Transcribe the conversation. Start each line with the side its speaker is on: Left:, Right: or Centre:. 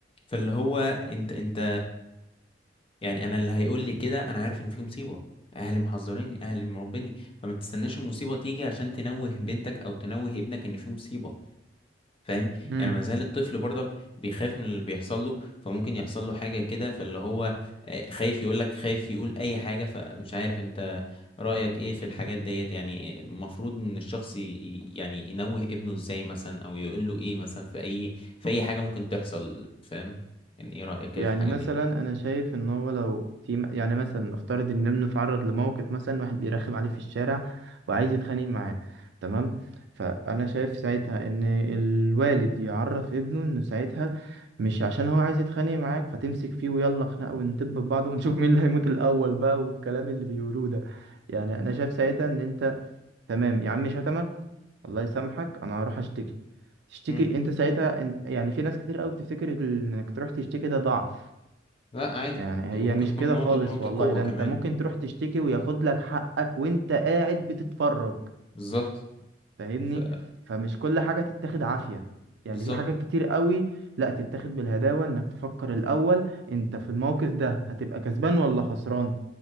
Left: فاللي هو انت انت يعني انا اللي هيقول لي كده انا عارف ان في مصيبه اهلي محذريني اهلي مربيني فما تستناش المصيبه تيجي عشان تنوه بنتك او تنوه ابنك ان في مصيبه فاهم
Right: امم
Left: يعني ما زال الطفل برضك بيخاف من اللي بيحصل له فممكن يحصل له حاجه كده فاللي هو آه، خايف يقول لك خايف يقول اي حاجه فمش عارف انت رايك ايه في الحاجات ديت يعني المفروض ان الشخص ي- ي- يعني ينوه ابنه ازاي مثلا او يقول له ايه مثلا في اي في اي حاجه ممكن تحصل فاهم يعني ايه رايك كده
Right: يعني
Left: في الحاجه
Right: مثلا
Left: دي
Right: انا شايف ان هو لو في م- يعني مثلا نفترض ان ابنه اتعرض لموقف مثلا واحد بيرخم عليه في الشارع وعايز يتخانق معاه تمام فانا شايف ساعتها ان الوالد يعرف ابنه انه ساعتها مش عشان هو عايز يتخانق معاك فتمسك فيه ويلا خناقه وندب في بعض ونشوف مين اللي هيموت الاول بقى والكلام اللي بيقولوه ده يعني انا شايف ساعتها ان انت تمام يا عم شتمك الله يسامحك انا هروح اشتكي تشتكي
Left: امم
Right: انت ساعتها انت يعني في ناس كتير قوي بتفتكر ال- انك تروح تشتكي ده ضعف
Left: لا عادي
Right: يعني
Left: يعني
Right: هي
Left: ممكن
Right: مش
Left: تكون
Right: كده
Left: نقطة
Right: خالص
Left: نقطة
Right: والله
Left: قوة
Right: ده
Left: كمان
Right: انت ممكن تروح تشتكي وياخد لك حقك وانت قاعد بتتفرج
Left: بالظبط
Right: فاهمني
Left: ف
Right: فمش كل حاجة تتاخد عافية يعني
Left: بالظبط
Right: في حاجات كتير قوي لا تتاخد بالهداوة انك تفكر الاول انت في الموقف ده هتبقى كسبان ولا خسران